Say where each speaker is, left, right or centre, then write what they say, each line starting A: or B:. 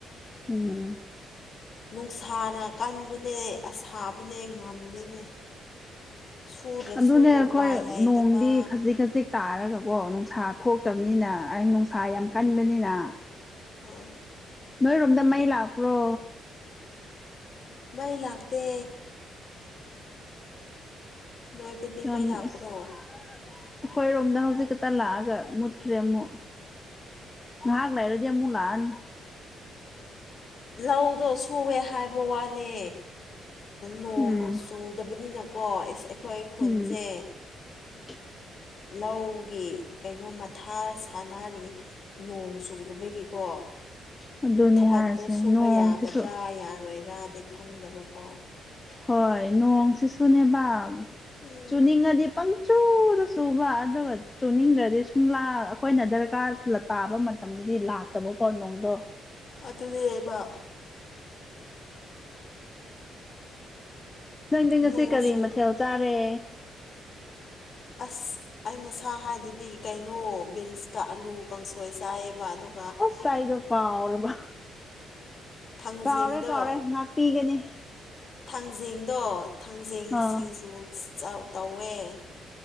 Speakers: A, on the left; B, on the left.
A: ꯎꯝ
B: ꯅꯨꯡꯁꯥꯅ ꯀꯟꯕꯅꯦ ꯑꯁꯥꯕꯅꯦ ꯉꯝꯗꯦꯅꯦ ꯁꯨꯗ꯭ꯔꯁꯨ
A: ꯑꯗꯨꯅꯦ ꯑꯩꯈꯣꯏ
B: ꯎꯄꯥꯏ ꯂꯩꯇꯕ
A: ꯅꯣꯡꯗꯤ ꯈꯖꯤꯛ ꯈꯖꯤꯛ ꯇꯥꯔꯒ ꯑꯣ ꯅꯨꯡꯁꯥ ꯊꯣꯛꯇꯕꯅꯤꯅ ꯑꯩ ꯅꯨꯡꯁꯥ ꯌꯥꯝ ꯀꯟꯕꯅꯤꯅ
B: ꯎ
A: ꯅꯣꯏꯔꯣꯝꯗ ꯃꯩ ꯂꯥꯛꯄ꯭ꯔꯣ
B: ꯃꯩ ꯂꯥꯛꯇꯦ ꯅꯣꯏꯗꯗꯤ
A: ꯌꯥꯝ
B: ꯃꯩ ꯂꯥꯛꯄ꯭ꯔꯣ
A: ꯑꯁ ꯑꯩꯈꯣꯏꯔꯣꯝꯗ ꯍꯧꯖꯤꯛ ꯈꯛꯇ ꯂꯥꯛꯑꯒ ꯃꯨꯠꯈ꯭ꯔꯦ ꯑꯃꯨꯛ ꯉꯥꯏꯍꯥꯛ ꯂꯩꯥꯔꯗꯤ ꯑꯃꯨꯛ ꯂꯥꯛ ꯑꯅꯤ
B: ꯂꯧꯗꯣ ꯁꯨꯏꯌꯦ ꯍꯥꯏꯕ ꯋꯥꯅꯦ ꯅꯣꯡ
A: ꯎꯝ
B: ꯆꯨꯗꯕꯅꯤꯅꯀꯣ ꯑꯩꯈꯣꯏ ꯈꯨꯟꯁꯦ
A: ꯎꯝ <unintelligible>
B: ꯂꯧꯒꯤ ꯀꯩꯅꯣ ꯃꯊꯥ ꯁꯥꯟꯅꯔꯤ ꯅꯣꯡ ꯆꯨꯗꯕꯒꯤꯀꯣ
A: <unintelligible>
B: ꯊꯕꯛꯇꯣ
A: ꯍꯥꯏꯔꯤꯁꯦ
B: ꯁꯨꯕ
A: ꯅꯣꯡꯁꯤꯁꯨ
B: ꯌꯥꯒꯗ꯭ꯔꯥ ꯌꯥꯔꯣꯏꯗ꯭ꯔꯥꯗꯤ ꯈꯪꯗꯕꯀꯣ
A: ꯍꯣꯏ ꯅꯣꯡꯁꯤꯁꯨꯅꯦꯕ
B: ꯎꯝ
A: ꯆꯨꯅꯤꯡꯉꯗꯤ ꯄꯪꯆꯨꯗ ꯆꯨꯕ ꯑꯗꯨꯒ ꯆꯨꯅꯤꯡꯗ꯭ꯔꯗꯤ ꯁꯨꯡꯂꯥ ꯑꯩꯈꯣꯏꯅ ꯗꯔꯀꯥꯔ ꯇꯥꯕ ꯃꯇꯝꯗꯗꯤ ꯂꯥꯛꯇꯕꯀꯣ ꯅꯣꯡꯗꯣ
B: ꯑꯗꯨꯅꯦꯕ
A: ꯅꯪꯗꯤ ꯉꯁꯤ
B: ꯅꯣꯡꯖꯨ
A: ꯀꯔꯤ ꯃꯊꯦꯜ ꯆꯥꯔꯦ
B: ꯑꯁ ꯑꯩ ꯉꯁꯥ ꯍꯥꯏꯗꯨꯗꯤ ꯀꯩꯅꯣ ꯕꯤꯟꯁꯀ ꯑꯥꯂꯨ ꯀꯥꯡꯁꯣꯏ ꯆꯥꯏꯌꯦꯕ ꯑꯣ
A: ꯑꯁ ꯑꯩꯗꯣ ꯀꯥꯎꯔꯦꯕ
B: ꯊꯥꯡꯖꯤꯡꯗꯣ
A: ꯀꯥꯎꯔꯦ ꯀꯥꯎꯔꯦ ꯉꯥꯛꯄꯤꯒꯅꯤ
B: ꯊꯥꯡꯖꯤꯡꯗꯣ ꯊꯥꯡꯖꯤꯡ
A: ꯑꯥ
B: ꯁꯤꯡꯖꯨ ꯇꯧꯋꯦ